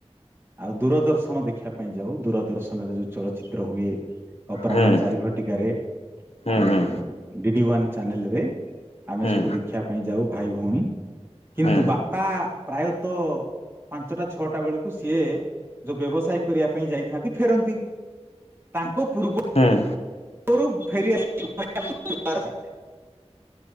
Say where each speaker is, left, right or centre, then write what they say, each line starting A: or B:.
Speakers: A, on the right; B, on the left.
A: ଆଉ ଦୂରଦର୍ଶନ ଦେଖିବା ପାଇଁ ଯାଉ ଦୂରଦର୍ଶନରେ ଯୋଉ ଚଳଚ୍ଚିତ୍ର ହୁଏ। ଅପରାହ୍ନ
B: ହୁଁ ହୁଁ।
A: ଚାରି ଘଟିକାରେ
B: ହୁଁ
A: ଆଉ-ଉ-ଉ ଡିଡି ୱାନ୍। ଚ୍ୟାନଲେରେ। ଆମେ
B: ହୁଁ
A: ସବୁ ଦେଖିବା ପାଇଁ ଯାଉ ଭାଇ ଭଉଣୀ। କିନ୍ତୁ
B: ହୁଁ
A: ବାପା ପ୍ରାୟତଃ ପାଞ୍ଚଟା ଛଅଟା ବେଳକୁ ସିଏ ଯୋଉ ବ୍ୟବସାୟ କରିବା ପାଇଁ ଯାଇଥାନ୍ତି ଫେରନ୍ତି। ତାଙ୍କ ପୂର୍ବରୁ
B: ହୁଁ
A: ପୂର୍ବରୁ ଫେରି ଆସିବାର ଥାଏ। <inaudible>